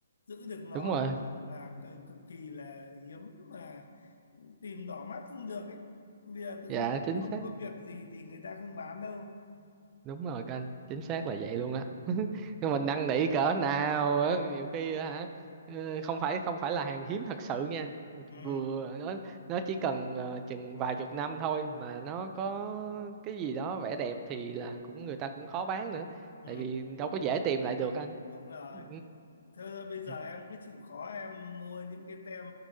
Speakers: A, on the left (about 85°); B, on the right (about 15°).
A: giữ được nó
B: đúng rồi
A: là, là c- cực kỳ là hiếm mà tìm đỏ mắt không được ấy. Bây giờ tự
B: dạ
A: nhiên
B: chính
A: không
B: xác
A: có việc gì thì người ta không bán đâu.
B: đúng rồi canh chính xác là vậy luôn á <laughs> nhưng
A: Ừ.
B: mình năn nỉ cỡ nào á nhiều khi á hả ừ, không phải không phải là hàng hiếm thật sự nha
A: ừ,
B: vừa nó nó chỉ cần ờ, chừng vài chục năm thôi mà nó có cái gì đó vẻ đẹp thì là cũng người ta cũng khó bán nữa
A: ừ,
B: tại vì đâu có dễ tìm lại được anh
A: đúng rồi
B: ừ.
A: Thế thôi bây giờ
B: Ừ.
A: em cứ chịu khó em mua những cái tem